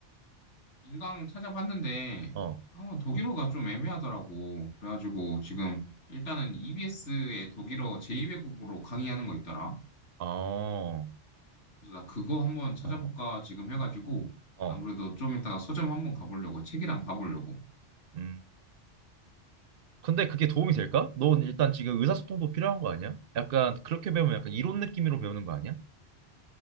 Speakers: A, on the left (about 70°); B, on the right (about 60°).
A: 인강 찾아봤는데
B: 어.
A: 아, 독일어가 좀 애매하더라고. 그래가지고 지금 일단은 EBS의 독일어 제2외국어로 강의하는 거 있더라.
B: 어,
A: 그래서 나 그거 한번 찾아볼까
B: 어,
A: 지금 해가지고
B: 어.
A: 안 그래도 좀 이따가 서점 한번 가보려고 책이랑 봐보려고.
B: 음. 근데 그게 도움이 될까? 넌 일단 지금 의사소통도 필요한 거 아니야? 약간 그렇게 배우면 약간 이론 느낌으로 배우는 거 아니야?